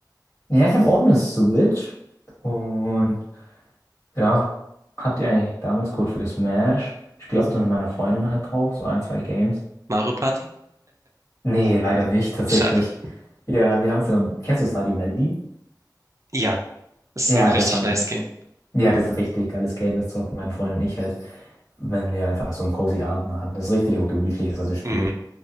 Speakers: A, on the left; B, on the right.
A: Ja, ich habe auch eine Switch und Ja, habt ihr eigentlich damals gut für Smash? Ich spiele ab und zu mit meiner Freundin halt drauf, so ein, zwei Games.
B: Mario Party?
A: Nee, leider nicht, tatsächlich.
B: Schade.
A: Ja, wir haben so ein. Kennst du Stardew Valley?
B: Ja, ist
A: Ja,
B: ein richtig
A: das haben.
B: nice Game.
A: Ja, das ist ein richtig geiles Game, das zocken meine Freundin und ich halt, wenn wir einfach so einen cozy Abend machen. Das ist richtig auch gemütlich, also das Spiel.
B: Mhm.